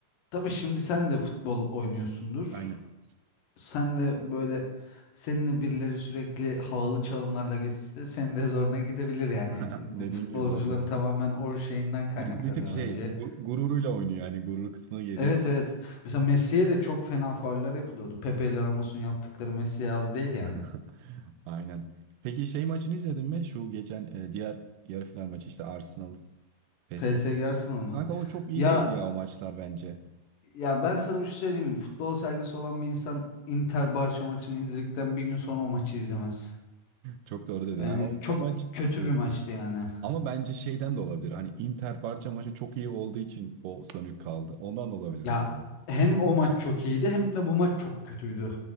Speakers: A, on the left; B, on the right.
A: tabii şimdi sen de futbol oynuyorsundur.
B: Aynen.
A: Sen de böyle seninle birileri sürekli havalı çalımlarla geçse senin de zoruna gidebilir yani.
B: <laughs>
A: Bu
B: Dediğin
A: futbolcuların
B: gibi doğru doğru.
A: tamamen o şeyinden kaynaklanıyor
B: Bir, bir tık şey
A: bence.
B: <laughs> gu- gururuyla oynuyor yani gurur kısmına geliyor.
A: Evet evet. Mesela Messi'ye de çok fena fauller yapılıyordu. Pepe ile Ramos'un yaptıkları Messi'ye az değil yani.
B: <laughs> Aynen. Peki şey maçını izledin mi? Şu geçen e, diğer yarı final maçı işte Arsenal P
A: PSG
B: S G.
A: Arsenal mı?
B: Kanka o çok iyi
A: Ya
B: değil ya o maçlar bence.
A: ya ben sana bir şey söyleyeyim mi? Futbol saygısı olan bir insan Inter Barça maçını izledikten bir gün sonra o maçı izlemez.
B: Çok doğru dedin.
A: Yani
B: Yani o,
A: çok
B: o maç
A: kötü
B: e,
A: bir maçtı yani.
B: ama bence şeyden de olabilir. Hani Inter Barça maçı çok iyi olduğu için o sönük kaldı. Ondan da olabilir
A: Ya
B: mesela.
A: hem o maç çok iyiydi hem de bu maç çok kötüydü.